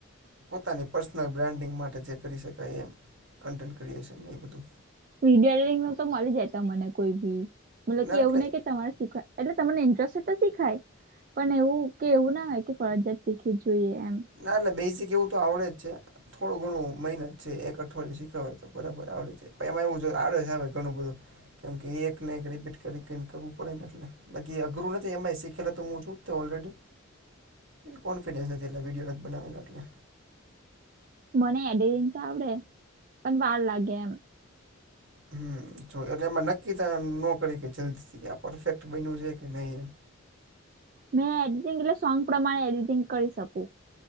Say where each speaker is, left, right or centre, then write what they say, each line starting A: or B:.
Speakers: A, on the right; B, on the right.
A: પોતાની પર્સનલ બ્રાન્ડિંગ માટે જે કરી શકાય એમ કન્ટેન્ટ ક્રિએશન નહી એ બધું.
B: વિડીયો એ નું તો મળી જાય ત મને કોઈ બી મતલબ
A: ના
B: કે એવું
A: એટલે
B: નને કે તમારે શીખવા. એટલે તમને ઇન્ટરેસ્ટ તો સીખાય પણ એવું કે એવું ના હોય કે ફરજિયાત શીખવી જોઈએ એમ?
A: ના એટલે બેઝિક એવું તો આવડે જ છે. થોડું ઘણું મહેનત છે એક અઠવાડય શીખવાય તો બરાબર આવડી જાય. પ એમાં એવું જો આડે છે હ ઘણું બધું કેમ કે એક ને એક રિપીટ કરી કરવું પડે ને એટલે. બાકી અઘરું નથી એમાં એ શીખેલ હતું હું છું તે ઓલરેડી કોન્ફિડન્સ નથી. એ વિડીયોગ નથી બનાવેને.
B: મને એડિટિંગ તો આવડે પણ વાર લાગે એમ.
A: હમ જો એટલે એમાં નક્કી થ ન કરી કે જલ્દીથી કે આ પરફેક્ટ બન્યું છે કે નહીિ એમ.
B: મેં એડિટિંગ એટલે સોંગ પ્રમાણે એડિટિંગ કરી શકું